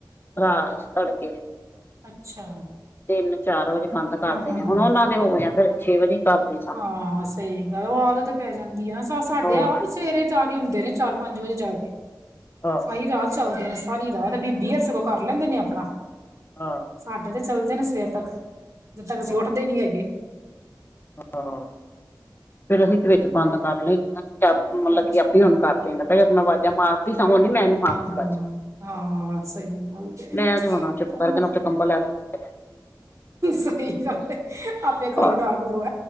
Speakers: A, on the left; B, on the right.
A: ਰਾਹ ਚ ਤੜਕੇ।
B: ਅੱਛਾ।
A: ਤਿੰਨ ਚਾਰ ਵਜੇ ਬੰਦ ਕਰਦੇ
B: ਹਾਂ ਹਾਂ
A: ਨੇ ਹੁਨ
B: ਹਾਂ
A: ਉਹਨਾਂ ਦੇ ਹੋਨੇਂ ਆ ਘਰੇ ਛੇ ਵਜੇ ਕਰਦੇ ਸਾਂ
B: ਹਾਂ ਸਹੀ ਗੱਲ ਓਹ ਆਦਤ ਪੈ ਜਾਂਦੀ ਏ ਨਾ ਸਾ ਸਾਡੇ
A: ਹੋਰ
B: ਆਪ ਹੀ ਸਵੇਰੇ ਜਾ ਕੇ ਹੁੰਦੇ ਨੇਂ ਚਾਰ ਪੰਜ ਵਜੇ ਜਾ ਕੇ,
A: ਆਹ
B: ਸਾਰੀ ਰਾਤ ਚਲਦੇ ਨੇਂ। ਸਾਰੀ ਰਾਹ ਬੀਬੀ ਔਰ ਸਗੋ ਕਰ ਲੈਂਦੇ ਨੇ ਆਪਣਾ
A: ਆਹ
B: ਸਾਡੇ ਤੇ ਚੱਲਦੇ ਨੇ ਸਵੇਰ ਤੱਕ। ਜਦੋ ਤੱਕ
A: ਆਹ
B: ਅਸੀ ਉੱਠਦੇ ਨੀ ਹੈਗੇ।
A: ਆਹ ਫੇਰ ਅਸੀ ਵਿੱਚ ਬੰਦ ਕਰ ਲਈ ਨਾ ਮਲਬ
B: ਅੱਛਾ
A: ਕੀ ਆਪੇ ਹੀ ਹੁਣ ਕਹਿੰਦਾ ਪਿਆ ਮੈਂ ਅਵਾਜਾ ਮਾਰਦੀ ਸਾ ਹੁਣ ਨੀ ਮੈਂ ਮਾਰਦੀ
B: ਹਾਂ ਹਾਂ
A: ਵਾਜ਼ਾ।
B: ਹਾਂ ਸਹੀ ਗੱਲ। ਹੈ,
A: ਮੈਂ ਤੇ ਮੋਨਾ ਚੁੱਪ
B: ਠੰਡਾ
A: ਕਰਕੇ ਉੱਥੇ ਕੰਬਲ ਲੈ ਕੇ <inaudible>
B: ਸਹੀ ਗੱਲ ਏ ਆਪੇ ਕਰੋ
A: ਆਹ
B: ਨਾ ਕਰੋ।